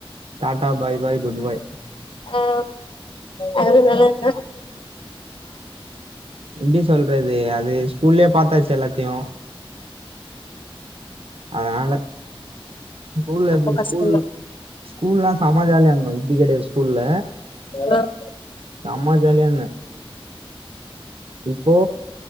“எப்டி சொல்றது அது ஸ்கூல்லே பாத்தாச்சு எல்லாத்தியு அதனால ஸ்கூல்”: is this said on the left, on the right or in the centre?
Right